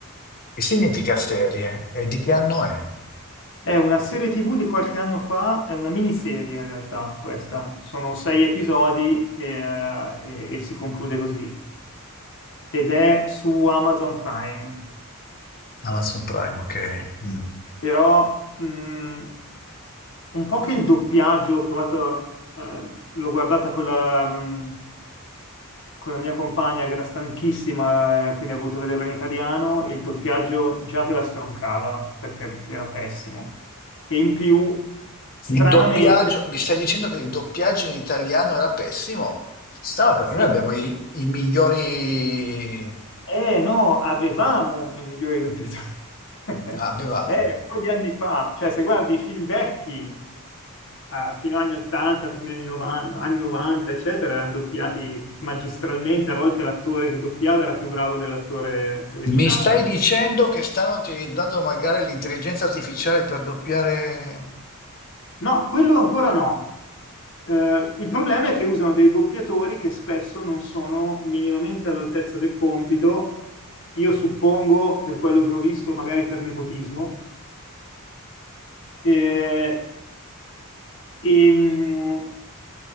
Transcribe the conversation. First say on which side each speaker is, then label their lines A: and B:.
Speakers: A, on the left; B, on the left.
A: che significa serie? E di che anno è?
B: È una serie TV di qualche anno fa, è una miniserie in realtà questa, sono sei episodi e, e- e si conclude così. Ed è su Amazon Prime,
A: Amazon Prime, ok. Mm.
B: però mh, un po' che il doppiaggio ho provato, eh, l'ho guardata con la, mh, con la mia compagna che era stanchissima, eh, quindi ha voluto vederla in italiano e il doppiaggio già te la stroncava perché era pessimo. E in più, stranamente,
A: Il doppiaggio, mi stai dicendo che il doppiaggio in italiano era pessimo? No, perché
B: sì,
A: noi abbiamo i, i migliori...
B: Eh no, avevamo i migliori doppiatori.
A: Ah, avevamo.
B: <laughs> Eh, un po' di anni fa, cioè se guardi i film vecchi, eh, fino agli anni 80, primi anni 90, anni 90, eccetera, erano doppiati magistralmente, a volte l'attore che doppiava era più bravo dell'attore originale.
A: Mi stai dicendo che stanno utilizzando magari l'intelligenza artificiale per doppiare...
B: No, quello ancora no. Eh, il problema è che usano dei doppiatori che spesso non sono minimamente all'altezza del compito, io suppongo, per quello che ho visto, magari per nepotismo. E E, mh,